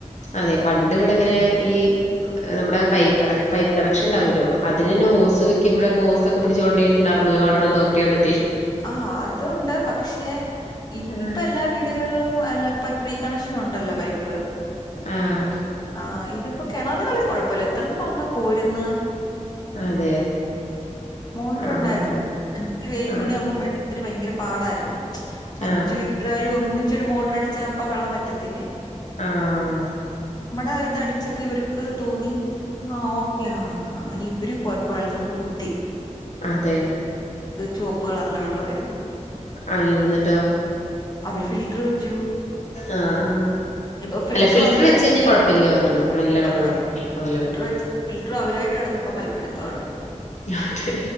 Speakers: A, on the left (about 65°); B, on the left (about 30°).
A: അതെ പണ്ട് ഇവിടെ ഇങ്ങനെ ഈ നമ്മുടെ പൈ ക പൈപ്പ് കണക്ഷൻ ഉണ്ടാവൂലോ അതിനന്നെ
B: ഓ
A: ഓസ് വെക്കുമ്പോഴ ഓസ് ഒക്കെ പിടിച്ചു കൊണ്ടൊയിട്ടിണ്ടായിരുന്നു വാട്ടർ അതോറിറ്റി വന്നിട്ടേ
B: ആ അതുണ്ട്. പക്ഷേ
A: ആഹ്
B: ഇപ്പൊ എല്ലാ വീടുകളിലും അല്ല ഫ്രീ കണക്ഷൻ ഉണ്ടല്ലോ പൈപ്പ്
A: ആഹ്
B: ആ ഇതിപ്പോ കിണറുകളി കുഴപ്പമില്ല എത്രന്ന് പറഞ്ഞ കോരുന്ന
A: അതെ.
B: മോട്ടർ
A: ആഹ്
B: ഉണ്ടായിരുന്നു
A: കുഴപ്പല്ല.
B: അ പേരും
A: ആഹ്
B: കൂടി ആവുമ്പോം ത്തിന് ഭയങ്കര പാടായിരുന്നു അഞ്ച്
A: ആഹ്
B: വീട്ട്കാര് ഒന്നി ച്ചൊരു മോട്ടർ അടിച്ചാ അപ്പ വെള്ളം വറ്റത്തില്ലേ
A: ആഹ്
B: നമ്മുടെ ഇത് അടിച്ചപ്പോ ഇവർക്ക് തോന്നി ആ ഓക്കെ ആണന്ന് അങ്ങനെ ഇവര് കൊഴൽക്കിണറ് കുത്തി
A: അതെ
B: ചുവപ്പ് കളറിലെ വെള്ളവായിരുന്ന്
A: അയ്യോ എന്നിട്ടോ
B: അവര് ഫിൽട്ടർ വെച്ചു
A: ആ ആ
B: ഇപ്പൊ
A: അല്ല ഫിൽറ്റർ
B: അവരുമായിട്ട്
A: വെച്ച് കഴിഞ്ഞാ കൊഴപ്പില്ലാ തോന്നണു നല്ല വെള്ളം
B: അങ്ങനെ
A: ആവുലോ
B: ഫിൽറ്റർ വെച്ചിട്ട് ഫിൽറ്റർ അവരുമായിട്ട് കിടന്ന് ഇപ്പോ മൽപ്പിടത്തവാണ്
A: അതെ